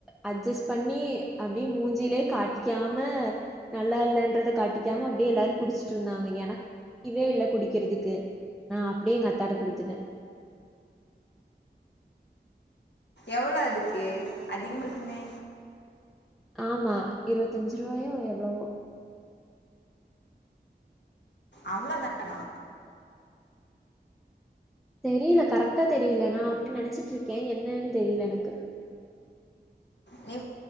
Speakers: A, in the centre; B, on the left.
A: அட்ஜஸ் பண்ணி அப்பிடியே மூஞ்சிலே காட்டிக்காம நல்லா இல்லன்றத காட்டிக்காம அப்பிடியே எல்லாரு குடிச்சுட்டு இருந்தாங்க புடிக்கவே இல்ல குடிக்கிறதுக்கு நா அப்பிடியே எங்க அத்தாட்ட குடுத்துட்டே
B: எவ்ளோ அதுக்கு அதிகமா இருக்குமே
A: ஆமா இருவத்தஞ்சு ரூவாயோ எவ்ளவோ
B: அவ்ள தானா
A: தெரியல கரெக்டா தெரியல நா அப்பிடின் நெனச்சிட்டு இருக்கே என்னென் தெரியல எனக்கு
B: நெ